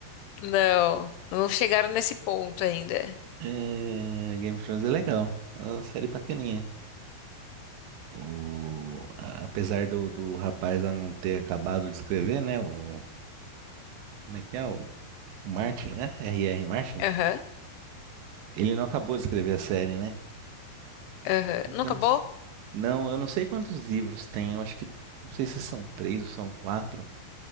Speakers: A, on the left; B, on the right.
A: Não, não chegaram nesse ponto ainda.
B: É, Game of Thrones é legal, é uma série bacaninha. O, a- apesar do, do rapaz lá não ter acabado de escrever, né? O, como é que é? O Martin, né? R R Martin.
A: Aham,
B: Ele não acabou de escrever a série, né?
A: aham. Não
B: Eu
A: acabou?
B: não, sei- não, eu não sei quantos livros tem. Eu acho que, não sei se são três ou são quatro,